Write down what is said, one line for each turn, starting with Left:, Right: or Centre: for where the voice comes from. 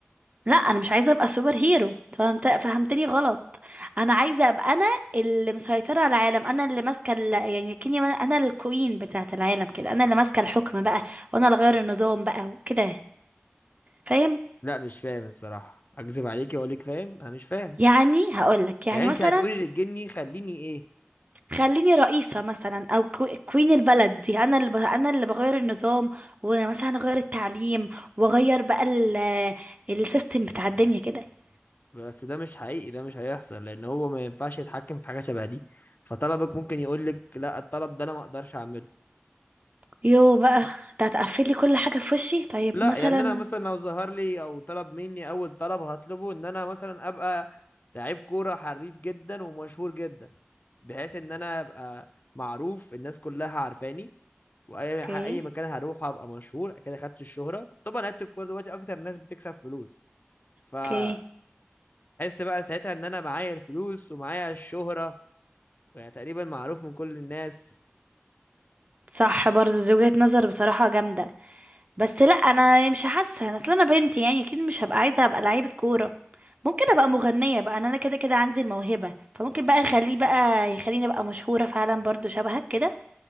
Right: لا انا مش عايزه ابقى سوبر هيرو فهمت فهمتني غلط انا عايزه ابقى انا اللي مسيطره على العالم انا اللي ماسكه ال- يعني كني انا الكوين بتاعه العالم كده انا اللي ماسكه الحكم بقى وانا اللي غير النظام بقى وكده فاهم
Left: لا مش فاهم الصراحة اكذب عليكي واقول لك فاهم انا مش فاهم
Right: يعني هقولك يعني
Left: يعني انت
Right: مثلا
Left: هتقولي للجني خليني ايه
Right: خليني رئيسة مثلا او كو- كوين البلد دي انا اللي ب... انا اللي بغير النظام ومثلا اغير التعليم واغير بقى ال... السيستم بتاع الدنيا كده
Left: بس ده مش حقيقي ده مش هيحصل لان هو ما ينفعش يتحكم في حاجة شبه دي فطلبك ممكن يقول لك لا الطلب ده انا ما اقدرش اعمله
Right: يو بقى ده هتقفلي كل حاجة في وشي طيب
Left: لا
Right: مثلا
Left: يعني انا مثلا لو ظهر لي او طلب مني اول طلب هطلبه ان انا مثلا ابقى لعيب كورة حريف جدا ومشهور جدا بحيث ان انا ابقى معروف الناس كلها عارفاني واي
Right: اوكي
Left: اي مكان هروح ابقى مشهور كده خدت الشهرة طبعا لعيبة الكورة دلوقتي اكتر ناس بتكسب فلوس فهحس
Right: اوكي
Left: بقى ساعتها ان انا معايا الفلوس ومعايا الشهرة يعني تقريبا معروف من كل الناس
Right: صح برضو دي وجهة نظر بصراحة جامدة بس لا انا مش حاسة انا اصل انا بنت يعني اكيد مش هبقى عايزة ابقى لعيبة كورة ممكن ابقى مغنية بقى انا أنا كده كده عندي الموهبة فممكن بقى اخليه بقى يخليني ابقى مشهورة فعلا برضو شبهك كده